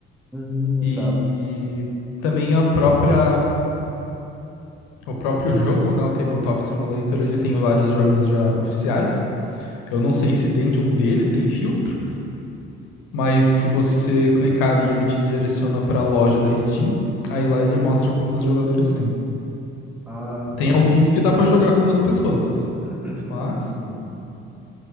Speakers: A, in the centre; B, on the left.
A: Hum,
B: E,
A: tá.
B: e também a própria, o próprio jogo, né, o Tabletop Simulator, ele tem vários jogos já oficiais. Eu não sei se dentro dele tem filtro, mas se você clicar ali, ele te direciona para a loja da Steam. Aí lá ele mostra quantos jogadores tem.
A: Ah,
B: Tem
A: tá.
B: alguns que dá para jogar com duas pessoas.
A: <clears throat>
B: Mas,
A: Uhum.